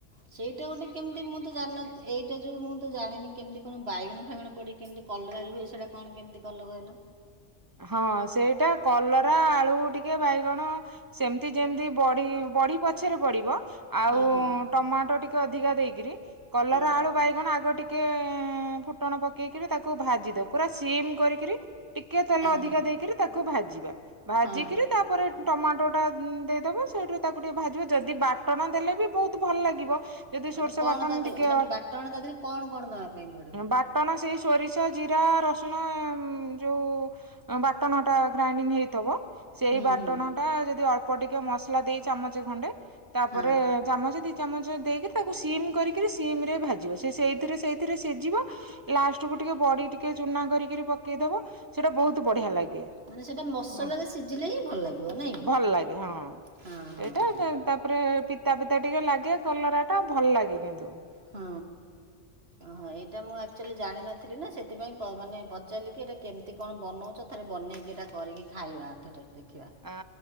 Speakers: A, on the right; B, on the right.
A: ସେଇଟା ଗୋଟେ କେମିତି ମୁଁ ତ ଜାଣିନଥିଲି। ଏଇଟା ଯୋଉ ମୁଁ ତ ଜାଣିନି। କେମିତି କଣ ବାଇଗଣ ଫାଇାଗଣ ପଡି କେମିତି କଲରାରେ ହୁଏ। ସେଇଟା କଣ କେମିତି କହିଲ।
B: ହଁ ସେଇଟା କଲରା ଆଳୁ ବାଇଗଣ ସେମତି ଯେମତି ବଡ଼ି ବଡ଼ି ପଛରେ ପଡିବ। ଆଉ
A: ହଁ ହଁ।
B: ଟମାଟ ଅଧିକ ଦେଇକିରି କଲରା
A: ହଁ
B: ଆଳୁ ବାଇଗଣ ଆଗ ଟିକେ ଫୁଟଣ ପକେଇକିରି ତାକୁ ଭାଜି ଦଉ, ପୁରା ସିମ କରିକିରି ଟିକେ ତେଲ ଅଧିକା
A: ହଁ
B: ଦେଇକିରି ତାକୁ ଭାଜିବା ଭାଜିକିରି
A: ହଁ
B: ତାପରେ ଟମାଟୋ ଟା ଦେଇଦେବ ସେଇଠୁ ତାକୁ ଟିକେ ଭାଜିବ। ଯଦି ବାଟଣ ଦେଲେ ବି ବହୁତ ଭଲ ଲାଗିବ। ଯଦି
A: ମାନେ
B: ସୋରିଷ
A: କଣ
B: ବାଟଣ
A: ତା ଦେହରେ
B: ଟିକେ
A: ମାନେ ବାଟଣ ତା ଦେହରେ କଣ କଣ ଦେବା ପାଇଁ ପଡ଼ିବ?
B: ବାଟଣ ସେଇ ସୋରିଷ ଜିରା ରସୁଣ ଯୋଉ ବାଟଣ ଟା ଗ୍ରାଇଣ୍ଡିଙ୍ଗ ହେଇଥିବ। ସେଇ
A: ହୁଁ
B: ବାଟଣ
A: ହୁଁ
B: ଟା ଜେଦି ଅଳ୍ପ ଟିକେ ମସଲା ଦି ଚାମଚ ଖଣ୍ଡେ ତା
A: ହଁ
B: ପରେ ଚାମଚେ ଦି ଚାମଚେ ଦେଇକି ତାକୁ ସିମ୍ କରିକିରୀ ସିମରେ ଭାଜିବ। ସେ ସେଇ ସେଇଥିରେ ସେଇଥିରେ ସିଝିବ। ଲାଷ୍ଟ କୁ ଟିକେ ବଡି ଟିକେ ଚୁନା କରିକିରି ପକେଇଦବ। ସେଇଟା ବହୁତ ବଢିଆ ଲାଗେ
A: ମାନେ ସେଇଟା ମସଲାରେ
B: ଉଁ
A: ସିଝିଲେ ହିଁ ଭଲ ଲାଗିବ ନାଇଁ କି
B: ଭଲ ଲାଗେ ହଁ।
A: ହଁ ହଁ
B: ଏଇଟା
A: ହଁ।
B: ତାପରେ ପିତା ପିତା ଟିକେ ଲାଗେ କଲରା ଟା ଭଲ ଲାଗେ କିନ୍ତୁ
A: ହଁ ଓହୋ ଏଇଟା ମୁଁ ଆ ମୁଁ ଜାଣିନଥିଲି ନା ସେ ସେଥିପାଇଁ ପ ମାନେ ପଚାରିଲିକି ଏଇଟା କେମିତି କଣ ବନଉଛ। ଥରେ ବନେଇକି ଏଟା କରିକି ଖାଇବା ଥରେ। ଦେଖିବା।
B: ଅ